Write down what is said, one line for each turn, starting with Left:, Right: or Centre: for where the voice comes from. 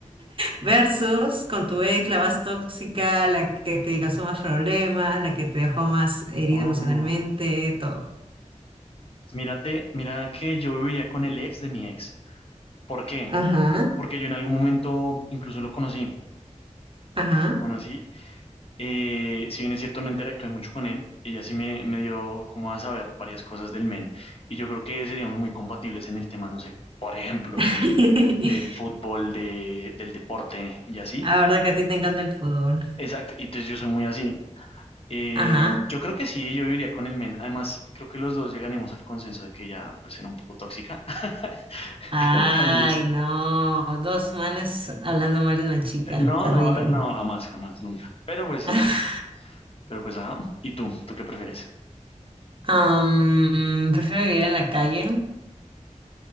Right: Versus con tu ex, la más tóxica, la que te causó más problemas, la que te dejó más herida
Left: No.
Right: emocionalmente, todo.
Left: Pues mírate, mira que yo viviría con el ex de mi ex. ¿Por qué?
Right: Ajá,
Left: Porque yo en algún momento incluso lo conocí.
Right: ajá.
Left: Lo conocí. Eh, si bien es cierto, no interactué mucho con él. Ella sí me, me dio como a saber varias cosas del men. Y yo creo que seríamos muy compatibles en el tema, no sé, por ejemplo,
Right: <laughs>
Left: de- del fútbol, de, del deporte y así.
Right: La verdad que a ti te encanta el fútbol.
Left: Exacto. Y entonces yo soy muy así. Eh,
Right: Ajá.
Left: yo creo que sí, yo iría con el men. Además, creo que los dos llegaremos al consenso de que ella pues era un poco tóxica. <laughs>
Right: Ay,
Left: Entonces,
Right: no. Dos manes hablando mal de una chica.
Left: No,
Right: Terrible.
Left: no, habla- no, jamás, jamás, nunca. Pero pues,
Right: <laughs>
Left: eh, pero pues, ajá. ¿Y tú? ¿Tú qué prefieres?
Right: Am, prefiero vivir en la calle.